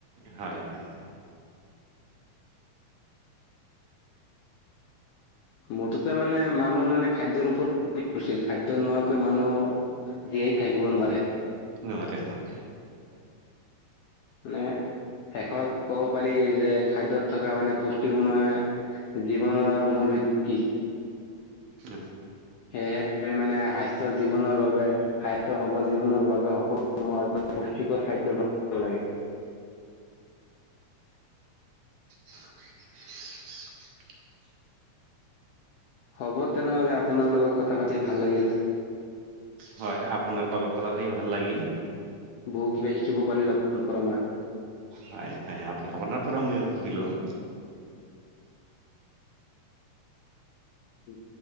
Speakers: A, on the right (about 70°); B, on the left (about 80°).
A: হয়। হয় হয়।
B: মুঠতে মানে মানুহ মানে খাদ্যৰ ওপৰত নিৰ্ভৰশীল খাদ্য নোহোৱাকৈ মানুহ জীয়াই থাকিব নোৱাৰে।
A: নোৱাৰে নোৱাৰে।
B: মানে শেষত ক'ব পাৰি যে খাদ্যত থকা মানে পুষ্টিসমূহে জীৱনৰ মূল বৃত্তি।
A: উম।
B: সেয়েহে মানে স্বাস্থ্য জীৱনৰ বাবে স্বাস্থ্য সবল জীৱনৰ বাবে সকলো সময়ত পুষ্টিকৰ খাদ্যয় <unintelligible> লাগে
A: <unintelligible>
B: <unintelligible> হ'ব তেনেহলে আপোনাৰ লগত কথা পাতি ভাল লাগিল।
A: হয়। আপোনাক লগত কথা সধ ভাল লাগিল।
B: বহুত কিবা শিকিব পাৰিলো আপ পৰা মই।
A: হয় হয় আ-আপোনাৰ পৰা ময়ো শিকিলো।
B: উম।